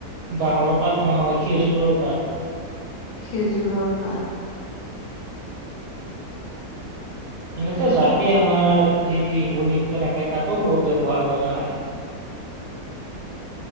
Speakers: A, on the right; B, on the left.
A: বাঁহৰ পাত নহয়, খেজুৰৰ পাত।
B: খেজুৰৰ পাত। হয়
A: এনেকুৱা জাপি
B: হয়।
A: আমাৰ যি বিহু নৃত্য থাকে তা'তো বহুত ব্যৱহাৰ কৰা হয়।